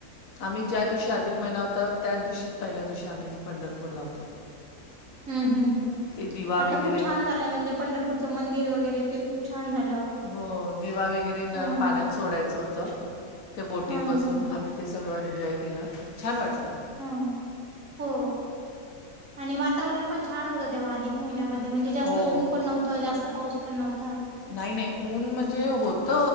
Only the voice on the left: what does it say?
आम्ही ज्या दिवशी अधिक महिना होता. त्याच दिवशीच पहिल्या दिवशी आम्हीच पंढरपूरला होतो.
ते दिवा
वगैरे
हो, दिवा वगैरे न
पाण्यात सोडायचं होतं. त्या बोटीत
बसून
आम्ही ते सगळं एन्जॉय केलं छान वाटलं.
हो
नाही नाही ऊन म्हणजे होत